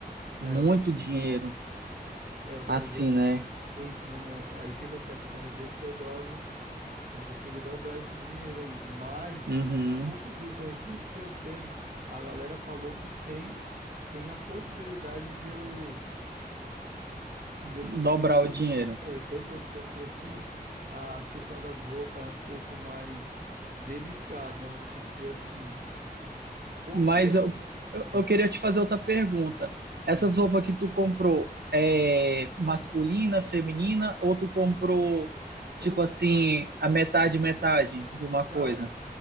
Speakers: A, on the right; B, on the right.
A: muito
B: É, eu quero,
A: dinheiro,
B: é, eu quero
A: assim,
B: ver
A: né?
B: isso no monte. Aí o que acontece? Eu quero ver se eu dobro. Eu consigo dobrar esse dinheiro aí, mas
A: Uhum.
B: o pouco de conhecimento que eu tenho, a galera falou que tem, tem a possibilidade de eu, de eu conseguir
A: Dobrar
B: esse,
A: o dinheiro.
B: é, esse retorno, porque aqui a questão das roupas é um pouco mais delicado, né? Vamos se dizer assim. Porque
A: Mas
B: aqui,
A: eu, eu,
B: Hum.
A: eu queria te fazer outra pergunta. Essas
B: sim,
A: roupas que tu comprou é masculina, feminina, ou tu comprou, tipo
B: eu,
A: assim, a metade, metade de uma
B: cara,
A: coisa?